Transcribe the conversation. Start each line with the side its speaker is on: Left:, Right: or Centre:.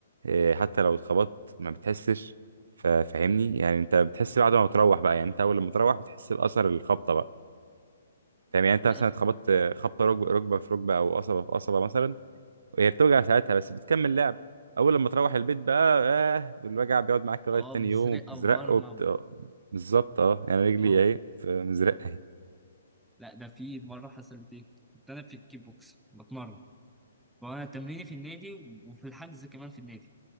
Right: آه، حتى لو اتخبطت ما بتحسش فا- فاهمني يعني انت بتحس بعد ما بتروح بقى يعني انت اول لما تروح بتحس باثر الخبطه بقى فاهم يعني انت
Centre: لا
Right: مثلا اتخبطت آه، خبطه ركبه ركبه في ركبه او قصبه في قصبه مثلا هي بتوجع ساعتها بس بتكمل لعب اول لما تروح البيت بقى آه الوجع بيقعد معاك لغايه
Centre: اه
Right: تاني
Centre: مزرقه
Right: يوم وبتزرق
Centre: وورمه
Right: وبت...
Centre: و...
Right: بالظبط اه يعني رجلي
Centre: اه
Right: اهي في مزرقه اهي
Centre: لا ده في مرة حصلت ايه كنت انا في الكيك بوكس بتمرن وانا تمريني في النادي وفي الحجز كمان في النادي